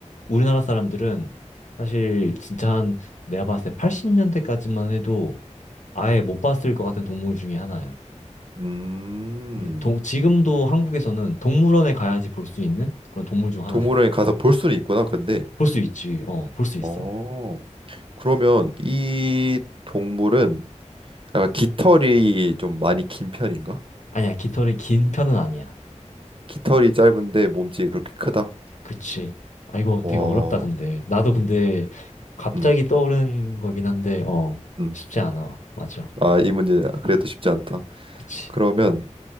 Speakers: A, on the left; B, on the right.
A: 우리나라 사람들은 사실 진짜 한 내가 봤을 때 80년대까지만 해도 아예 못 봤을 것 같은 동물 중에 하나야.
B: 음,
A: 이게 동- 지금도 한국에서는 동물원에 가야지 볼 수 있는 그런 동물 중 하나야.
B: 동물원에 가서 볼 수는 있구나, 근데.
A: 볼 수 있지. 어, 볼 수 있어.
B: 어, 그러면 이 동물은 약간 깃털이 좀 많이 긴 편인가?
A: 아니야, 깃털이 긴 편은 아니야.
B: 깃털이 짧은데 몸집이 그렇게 크다.
A: 그치. 아, 이거
B: 와,
A: 되게 어렵다, 근데. 나도 근데 갑자기
B: 음,
A: 떠오르는 거긴 한데, 어,
B: 음.
A: 쉽지 않아. 맞아.
B: 아, 이 문제 그래도 쉽지 않다.
A: 그치.
B: 그러면,